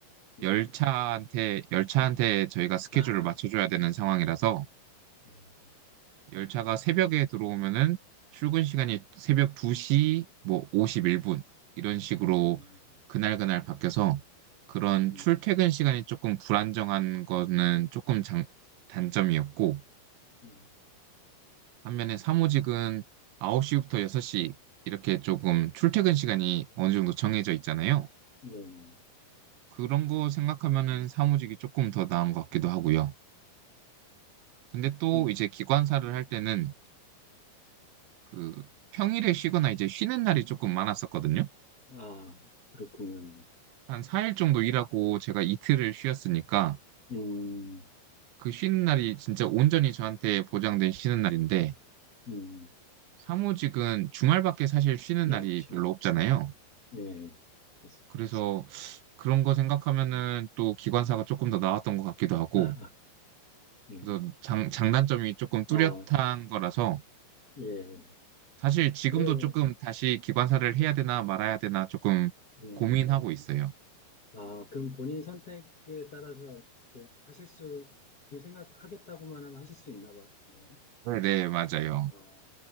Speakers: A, on the left; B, on the right.
A: 음.
B: 열차한테 열차한테 저희가 스케줄을
A: 아,
B: 맞춰줘야 되는 상황이라서
A: 음, <laughs>
B: 열차가 새벽에 들어오면은 출근 시간이 새벽 2시 뭐 51분 이런 식으로
A: 음,
B: 그날그날 바뀌어서 그런
A: 음.
B: 출퇴근 시간이 조금 불안정한 거는 조금 장, 단점이었고
A: 음.
B: 반면에 사무직은 9시부터 6시 이렇게 조금 출퇴근 시간이 어느 정도 정해져 있잖아요.
A: 네, 음,
B: 그런 거 생각하면은 사무직이 조금 더 나은 것 같기도 하고요. 근데 또
A: 음,
B: 이제 기관사를
A: 음.
B: 할 때는 그 평일에 쉬거나 이제 쉬는 날이 조금 많았었거든요.
A: 아, 그렇군요.
B: 한 4일 정도 일하고 제가 이틀을 쉬었으니까
A: 음,
B: 그 쉬는 날이 진짜 온전히 저한테 보장된 쉬는 날인데
A: 음,
B: 사무직은 주말밖에 사실 쉬는 날이
A: 아, 참,
B: 별로 없잖아요.
A: 네. 그래서-
B: 그래서 그런 거 생각하면은 또 기관사가 조금 더 나았던 것 같기도 하고
A: <laughs> 예.
B: 그래서 장, 장단점이 조금 뚜렷한
A: 어,
B: 거라서
A: 예.
B: 사실 지금도
A: 그래요.
B: 조금 다시 기관사를 해야 되나 말아야 되나 조금
A: 음.
B: 고민하고 있어요.
A: 아, 그럼 본인 선택에 따라서 이렇게 하실 수, 이 생각하겠다고만 하면 하실 수 있나 보네요.
B: 네, 네, 맞아요.
A: 아,